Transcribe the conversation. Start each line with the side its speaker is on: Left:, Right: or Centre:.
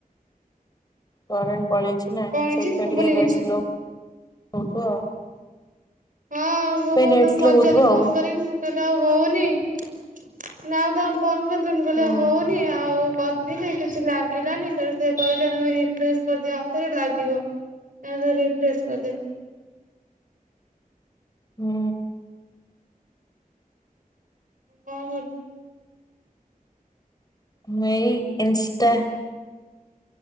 Left: କରେଣ୍ଟ ପଳେଇଛି ନାଇଁ
Right: କଣ ହେଇଛି
Left: ସେଥିପାଇଁ
Right: ଶୁଭୁନି
Left: ଟିକେ ନେଟ୍
Right: କିଛି।
Left: ସ୍ଲୋ ହେଉଥିବ ଆଉ।
Right: ହଁ ମୁଁ
Left: ସେ
Right: ବୋଉ
Left: ନେଟ
Right: ତାଙ୍କୁ
Left: ସ୍ଲୋ
Right: ପଚାରି
Left: ହଉଥିବ ଆଉ
Right: ଫୋନ୍ କରିକି ମୁ କହିଲେ ଆଉ ହଉନି ନାଁ ମୁଁ ତାଙ୍କୁ ଫୋନ୍ କରିଥିଲି ମୁଁ କହିଲି
Left: ହୁଁ
Right: ଆଉ ହଉନି ଆଉ କ କିଛି ଲାଗିଲାନି ସେଠୁ ସେ କହିଲେ ତମେ ରିଫ୍ରେସ୍ କରିଦିଅ ଆଉ ଥରେ ଲାଗିବ। ଆ ସେଠୁ ରିଫ୍ରେସ୍ କରିଦେଲି।
Left: ହୁଁ।
Right: କଣ କରୁଛ?
Left: ମୁଁ ଏଇ ଇନଷ୍ଟା।